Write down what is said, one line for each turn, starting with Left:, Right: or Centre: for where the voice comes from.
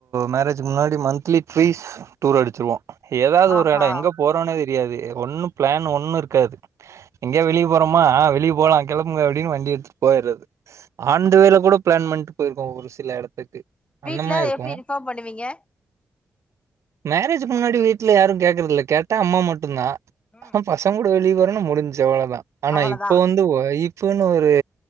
Right: மேரேஜ்க்கு முன்னாடி மன்த்லி ட்வீஸ் டூர் அடிச்சிருவோ ஏதாது
Left: ஆஹா
Right: ஒரு எடோ எங்க போறோன்னே தெரியாது ஒண்ணு ப்ளான் ஒண்ணு இருக்காது எங்காது வெளிய போறோமா ஆ வெளிய போலா கெளம்புங்க அப்டின் வண்டி எடுத்துட்டுப் போயற்ரது ஆன் த வேலக் கூட ப்ளான் பண்ட்டு போயிருக்கோ ஒரு சில எடத்துக்கு
Left: வீட்ல
Right: அந்த மார் இருக்கு
Left: எப்டி இன்ஃபார்ம் பண்ணுவீங்க
Right: மேரேஜுக்கு முன்னாடி வீட்ல யாரு கேக்குறதில்ல கேட்டா அம்மா மட்டுதா
Left: ம்
Right: ஆனா பசங்க கூட வெளிய போறேன்னு முடிஞ்சு அவ்ளதா ஆனா
Left: அவ்வளதா
Right: இப்ப வந்து ஒய் ஃபுனு ஒரு